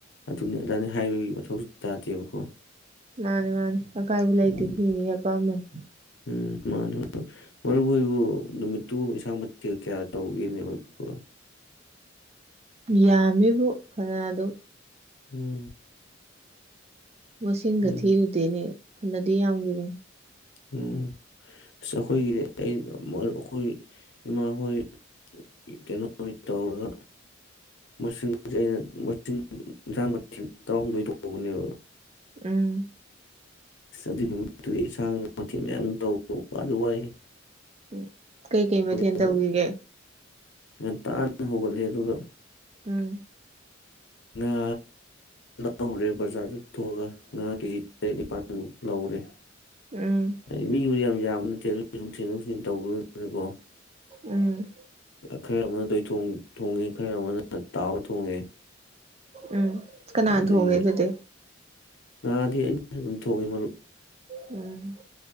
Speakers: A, on the left; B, on the right.
A: ꯑꯗꯨꯅꯦ ꯑꯗꯥꯅꯦ ꯍꯥꯏꯕꯒꯤ ꯃꯊꯧꯁꯨ ꯇꯥꯗꯦꯕꯀꯣ
B: ꯃꯥꯅꯦ ꯃꯥꯅꯦ ꯑꯀꯥꯏꯕ ꯂꯩꯇꯦ
A: ꯎꯝ
B: ꯃꯤ ꯃꯤ ꯑꯄꯥꯝꯕꯅꯤ <inaudible>
A: ꯎꯝ ꯃꯥꯅꯤ <inaudible> ꯃꯔꯨꯞꯍꯣꯏꯕꯨ ꯅꯨꯃꯤꯠꯇꯨ ꯏꯟꯁꯥꯡ <unintelligible> ꯀꯌꯥ ꯇꯧꯒꯦꯅꯦ <unintelligible>
B: ꯌꯥꯝꯃꯤꯕꯨ ꯐꯅ ꯑꯗꯨꯝ
A: ꯎꯝ
B: ꯃꯁꯤꯡꯒ
A: ꯎꯝ
B: ꯊꯤꯔꯨꯗꯦꯅꯦ ꯐꯅꯗꯤ ꯌꯥꯝꯒꯤꯕꯅꯤ
A: ꯎꯝ ꯑꯁ ꯑꯈꯣꯏꯒꯤꯗꯤ ꯑꯈꯣꯏ ꯏꯃꯥ ꯍꯣꯏ ꯀꯩꯅꯣ <unintelligible> ꯇꯧꯔꯒ ꯃꯁꯤꯡꯁꯦ ꯑꯩꯅ ꯃꯁꯤꯡ ꯏꯟꯁꯥꯡ ꯃꯊꯦꯜ ꯇꯔꯥꯍꯨꯝꯗꯣꯏ ꯇꯧꯕꯅꯦꯕ
B: ꯎꯝ
A: ꯑꯗꯨꯏ ꯅꯨꯃꯤꯠꯇꯨꯗꯤ ꯏꯟꯁꯥꯡ ꯃꯊꯦꯜ ꯃꯌꯥꯝ ꯇꯧꯕ ꯋꯥꯗꯤ ꯋꯥꯏꯍꯦ
B: ꯎꯝ ꯀꯩꯀꯩ ꯃꯊꯦꯜ
A: ꯑꯗꯨꯒ
B: ꯇꯧꯈꯤꯒꯦ
A: ꯉꯟꯇꯥꯅ ꯍꯧꯒꯠꯂꯦ ꯑꯗꯨꯒ
B: ꯎꯝ
A: ꯉꯥ ꯂꯧꯔꯦ ꯕꯖꯥꯔꯗ ꯊꯣꯛꯑꯒ ꯉꯥ ꯀꯦꯖꯤ ꯇꯔꯦꯠ ꯅꯤꯄꯥꯜꯃꯨꯛ ꯂꯧꯔꯦ
B: ꯎꯝ
A: ꯑ ꯃꯤꯕꯨꯗꯤ ꯌꯥꯝ ꯌꯥꯝꯅ <unintelligible> ꯊꯤꯟꯗꯣꯛ ꯊꯤꯟꯖꯤꯟ ꯇꯧꯕ <unintelligible> <unintelligible>
B: ꯎꯝ
A: ꯈꯔ ꯑꯃꯅ ꯇꯣꯏꯊꯣꯡ ꯊꯣꯡꯉꯦ ꯈꯔ ꯑꯃꯅ ꯇꯥꯎꯔ ꯊꯣꯡ ꯊꯣꯡꯉꯦ
B: ꯎꯝ꯫ ꯀꯅꯥꯅ
A: ꯑꯗꯒꯤ
B: ꯊꯣꯡꯉꯦ ꯑꯗꯨꯗꯤ
A: ꯉꯥꯗꯤ ꯑꯩꯅ ꯑꯗꯨꯝ ꯊꯣꯡꯉꯦ ꯃꯔꯨꯞ꯫
B: ꯎꯝ